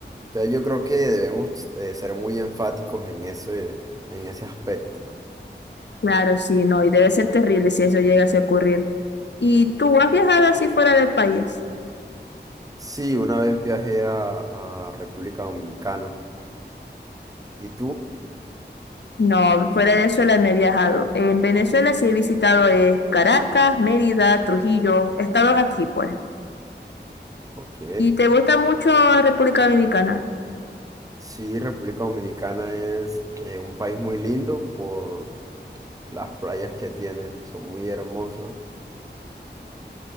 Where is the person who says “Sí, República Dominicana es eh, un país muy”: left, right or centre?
Right